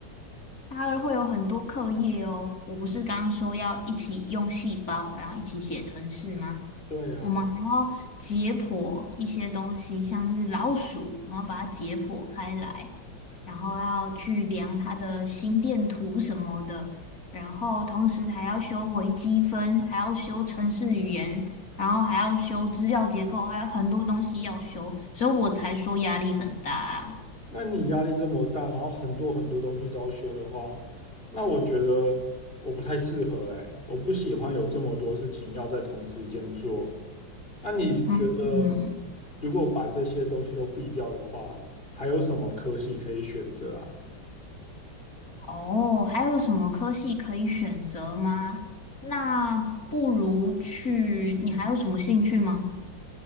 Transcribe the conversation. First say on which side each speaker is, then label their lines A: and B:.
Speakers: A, on the left (about 45°); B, on the left (about 25°).
A: 大二会有很多课业哦，我不是刚刚说要一起用细胞，然后一起写程式吗？
B: 对呀、
A: 我们还要解剖一些东西，像是老鼠，我们要把它解剖开来，然后要去量它的心电图什么的，然后同时还要修微积分，还要修程式语言，然后还要修资料结构，还有很多东西要修，所以我才说压力很大啊。
B: 那你压力这么大，然后很多很多东西都要修的话，那我觉得我不太适合哎，我不喜欢有这么多事情要在同时间做。那你觉得，
A: 嗯嗯。
B: 如果把这些东西都避掉的话，还有什么科系可以选择啊？
A: 哦，还有什么科系可以选择吗？那不如去，你还有什么兴趣吗？